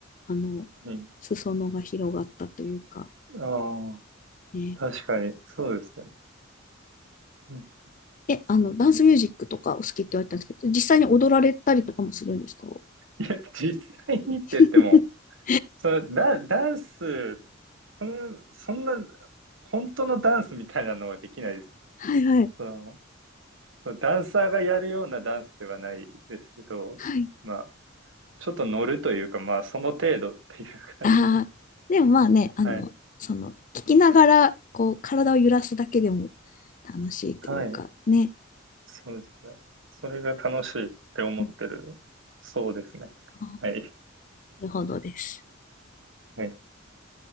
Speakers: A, on the left; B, on the right.
A: あの
B: はい。
A: 裾野が広がったというか、
B: ああ、
A: ね、
B: 確かに、そうですね。うん、
A: えあのダンスミュージックとかお好きって言われたんですけど実際に踊られたりとかもするんですか
B: いや、実際にって言っても、
A: <laughs>
B: それダ、ダンス、そんそんな、本当のダンスみたいなのはできないです。
A: はいはい
B: その、そのダンサーがやるようなダンスではないですけど、
A: はい
B: まあ、ちょっと乗るというか、まあ、その程度っていう感じです。
A: <laughs> ああ、でもまあね、あの、
B: はい。
A: その、聞きながら、こう、体を揺らすだけでも楽しいというか、
B: はい。
A: ね。
B: そうですね。それが楽しいって思ってる。
A: うん
B: そうですね。
A: あ
B: はい。
A: ーなるほどです。
B: はい。